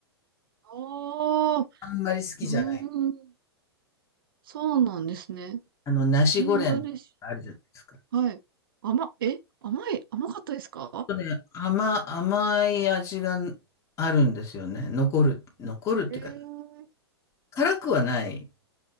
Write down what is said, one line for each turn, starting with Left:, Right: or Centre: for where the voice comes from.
Right: ああ、う
Left: あんまり好きじゃない。
Right: ーん。そうなんですね。
Left: あの、ナシゴレンあるじゃないですか。
Right: インドネシア。はい。甘、え、甘い、甘かったですか
Left: とね、甘、甘い味があるんですよね。残る、残るっていうか、
Right: ええー
Left: 辛くはない。